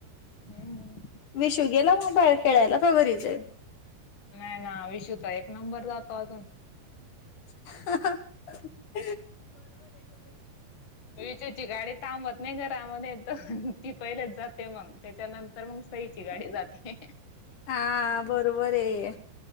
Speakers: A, on the left; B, on the left.
A: हम्म
B: विशुगेला बाहेर खेळायला घरीच आहे
A: नाही ना विषूता एक नंबर जातो अजून
B: ह
A: विचची गाडी थांबत नाही घ त्यामध्ये ती पहिलेच जाते मग त्याच्या नंतर मग सईची गाडी जाते
B: हा बरोबर आहे